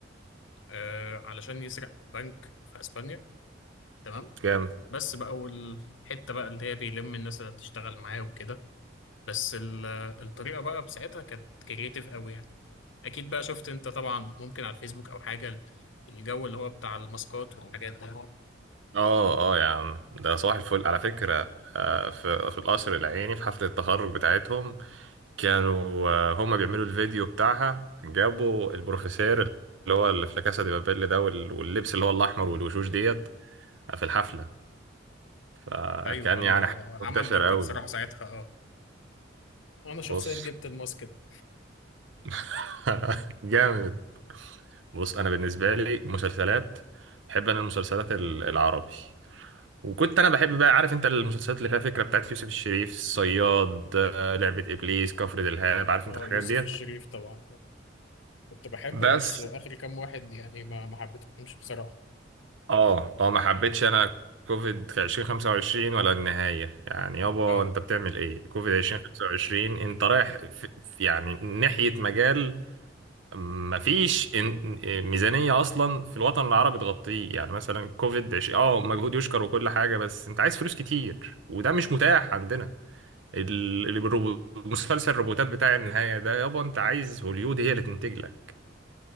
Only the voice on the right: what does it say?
جامد
اه اه يا عم ده صباح الفل على فكره آه، في في القصر العيني في حفله التخرج بتاعتهم كانوا آه، هما بيعملوا الفيديو بتاعها جابوا البروفيسير اللي هو اللي في لا كاسا دي بابيل ده وال- واللبس اللي هو الاحمر والوشوش ديت في الحفله آه،
كان
يعني منتشر
قوي
بص
<laughs> جامد بص انا بالنسبه لي مسلسلات بحب انا المسلسلات ال- العربي وكنت انا بحب بقى عارف انت المسلسلات اللي فيها فكره بتاعت يوسف الشريف الصياد آه، لعبه ابليس كفر دلهاب عارف
انت الحاجات
ديت
بس
اه اه ما حبيتش انا كوفيد في 2025 ولا النهايه يعني يابا
انت بتعمل ايه كوفيد 2025 انت رايح في في- يعني ناحيه مجال مفيش إن- ميزانية أصلا في الوطن العربي تغطيه يعني مثلا كوفيد عش... اه مجهود يشكر وكل حاجة بس أنت عايز فلوس كتير وده مش متاح عندنا ال... ال- الروبو- مسلسل الروبوتات بتاع النهاية ده يابا أنت عايز هوليود هي اللي تنتج لك